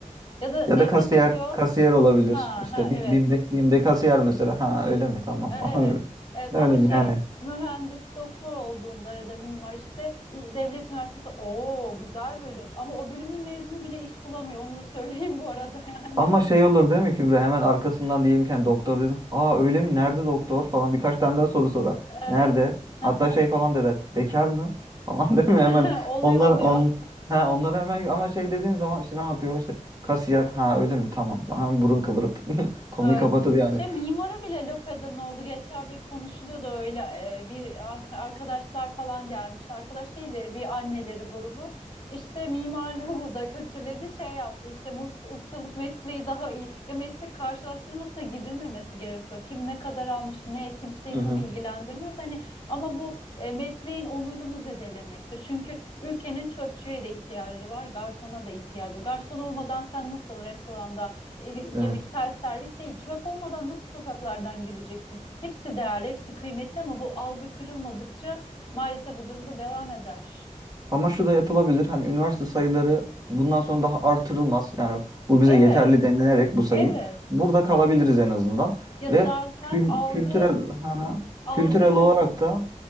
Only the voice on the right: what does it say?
Ya
da kasiyer,
kasiyer olabilir.
İşte
Bi-
BİM'de, BİM'de kasiyer mesela. Ha öyle mi? Tamam
falan.
<laughs>
Öyle
mi yani.
Ama şey olur değil mi Kübra? Hemen arkasından diyelimken doktor dedin. Aa öyle mi? Nerede doktor? Falan birkaç tane daha soru sorar.
Nerede?
Hatta
şey falan da der. Bekar mı? <laughs> Falan değil mi?
Hemen
onlar
on ha onlara hemen ama şey dediğin zaman işte ne yapıyor? İşte kasiyer. Ha öyle mi? Tamam. Hemen burun kıvırıp <laughs> konuyu
kapatır yani.
Hı
hı.
Evet.
Ama şu da yapılabilir. Hani üniversite sayıları bundan sonra daha artırılmaz. Yani bu bize
yeterli denilerek bu sayı.
Burada kalabiliriz en azından.
Ve
kül-
kültürel ha, ha.
kültürel
olarak da